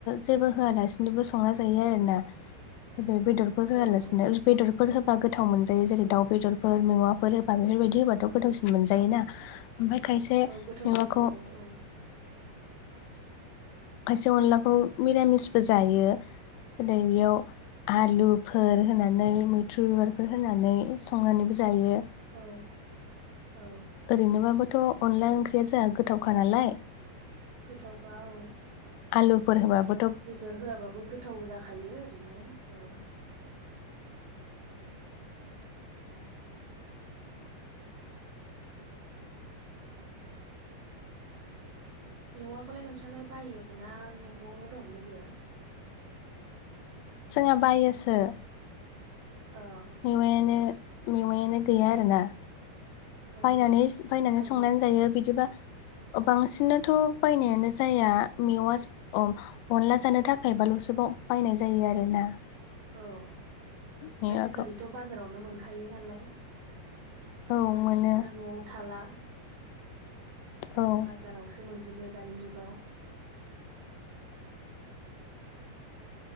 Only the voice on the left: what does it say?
जेबो होआलासिनोबो संना जायो आरोना <unintelligible> बेदर फोर होआलासिनो
बेदरफोर होबा गोथाव मोनजायो जेरै
दाउ बेदरफोर मेवा फोर होबा बेफोरबायदि होबाथ'
गोथावसिन मोनजायोना ओमफाय खायसे
मेवाखो
खायसे अनलाखौ मिरामिसबो जायो जेरै बेयाव आलु फोर होनानै मैथ्रु बिबारफोर होनानै संनानैबो जायो ।
ओरैनोबाबोथ' अनला ओंख्रिया जाहा गोथावखा नालाय ।
आलुफोर होबाबो
जोंहा बायोसो ।
मेवायानो मेवायानो गैया आरोना ।
बायनानै बायनानै
संनानै जायो बिदिबा ओ बांसिनोथ' बायनायानो जाया मेवाजो अम अनला जानो थाखाय बाल'सोबाव बायनाय जायो आरो ना ।
मेवाखौ
औ
मोनो
औ